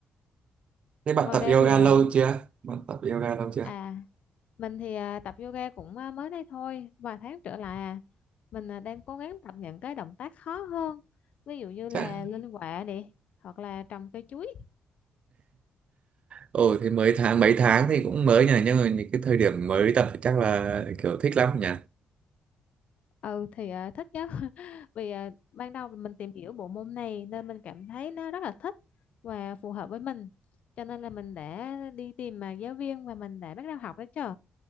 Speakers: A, on the right; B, on the left.
A: Thế bạn
B: ngoài
A: tập
B: ra
A: yoga
B: thì à,
A: lâu chưa? Bạn tập yoga lâu chưa?
B: à Mình thì à, tập yoga cũng à, mới đây thôi, vài tháng trở lại à. Mình à, đang cố gắng tập những cái động tác khó hơn. Ví dụ như
A: chắc
B: là lên quạ nè, hoặc là trồng cây chuối.
A: ồ thì mới tháng mấy tháng thì cũng mới nhỉ nhưng mà những cái thời điểm mới tập thì chắc là kiểu thích lắm nhỉ
B: Ừ thì à, thích chứ. <laughs> Vì à, ban đầu mình tìm hiểu bộ môn này nên mình cảm thấy nó rất là thích và phù hợp với mình. Cho nên là mình đã đi tìm mà giáo viên và mình đã bắt đầu học đó chứ.